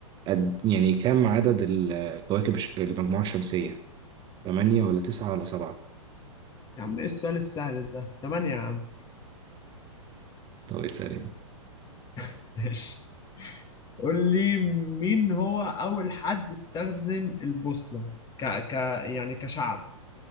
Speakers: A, on the right; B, on the left.
A: قد يعني كم عدد الكواكب الش- المجموعة الشمسية تمانية ولا تسعة ولا سبعة
B: يا عم ايه السؤال السهل ده تمانية يا عم
A: طب اسألني
B: <laughs> ماشي قول لي مين هو أول حد استخدم البوصلة ك... ك... يعني كشعب